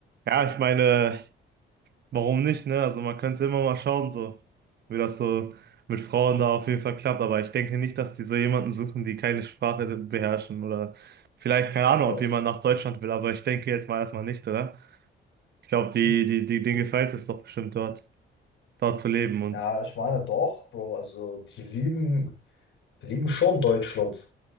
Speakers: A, on the right; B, on the left.
A: ja, ich meine. Warum nicht, ne? Also man könnte immer mal schauen, so, wie das so mit Frauen da auf jeden Fall klappt. Aber ich denke nicht, dass die so jemanden suchen, die keine Sprache beherrschen oder vielleicht, keine
B: Ach,
A: Ahnung,
B: was?
A: ob jemand nach Deutschland will, aber ich denke jetzt mal erstmal nicht, oder? Ich glaube, die,
B: Hm.
A: die, die, denen gefällt es doch bestimmt dort, dort zu leben und
B: Ja, ich meine doch, Bro. Also die lieben, die lieben schon Deutschland.